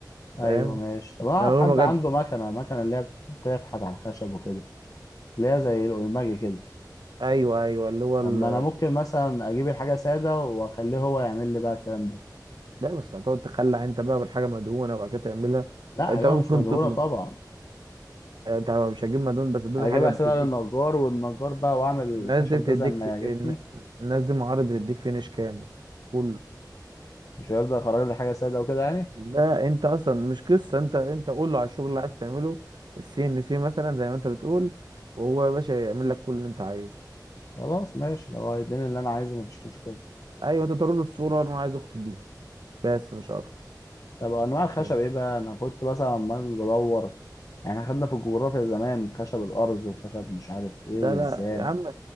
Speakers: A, on the right; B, on the left.
A: فاهم
B: ايوه ماشي طب انا اعرف
A: من غير
B: حد
A: ما
B: عنده
A: جت
B: مكنه مكنه اللي هي بتفحت على الخشب وكده اللي هي زي الاوماجي كده
A: ايوه ايوه اللي هو
B: طب
A: ال...
B: ما انا ممكن مثلا اجيب الحاجه ساده واخليه هو يعمل لي بقى الكلام ده
A: لا بس هتقعد تخلع انت بقى بالحاجه مدهونه وبعد كده تعملها
B: لا
A: انت
B: ايوه
A: ممكن
B: مش مدهوره
A: تطلب
B: طبعا
A: آه، انت مش هتجيب مدهون بس دول
B: هجيبها
A: حاجه بتديك
B: سادة للنجار والنجار بقى واعمل الخشب
A: الناس دي بتديك
B: ده زي ما
A: في...
B: يعجبني
A: الن- الناس دي معارض بتديك فينش كامل كله
B: مش هيرضى يخرج لي حاجة سادة وكده يعني
A: لا انت اصلا مش قصه انت انت قول له على الشغل اللي عايز تعمله السي ان سي مثلا زي ما انت بتقول وهو يا باشا يعمل لك كل اللي انت عايزه
B: خلاص ماشي لو هيديني اللي انا عايزه مفيش مشكلة
A: ايوه انت توري له الصوره انا عايز اختي دي بس مش اكتر
B: طب انواع الخشب
A: نعم.
B: ايه بقى انا كنت مثلا عمال بدور يعني احنا خدنا في الجغرافيا زمان خشب الارز وخشب مش عارف ايه
A: لا
B: والزان
A: لا يا عم